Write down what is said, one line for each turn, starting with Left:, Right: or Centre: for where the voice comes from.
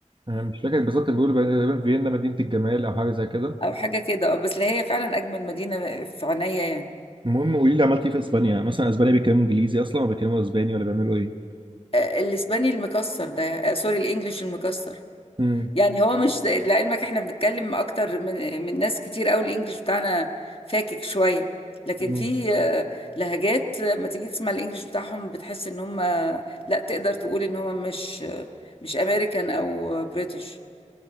Right: أنا مش فاكر بالظبط كان بيقولوا تقريبا فيينا مدينة الجمال أو حاجة زي كده
Left: <laughs> أو حاجة كده آه، بس اللي هي فعلا أجمل مدينة في عينيا يعني
Right: المهم قولي لي عملت إيه في إسبانيا؟ مثلا إسبانيا بيتكلموا إنجليزي أصلا ولا بيتكلموا إسباني ولا بيعملوا إيه؟
Left: آه الإسباني المكسر ده آه سوري الإنجليش المكسر
Right: امم
Left: يعني هو مش لعلمك احنا بنتكلم اكتر من من ناس كتير قوي الانجليش بتاعنا فاكك شويه لكن
Right: امم
Left: في آه، لهجات آه، لما تيجي تسمع الانجليش بتاعهم بتحس ان هم آه، لا تقدر تقول ان هم مش آه، مش امريكان او بريتش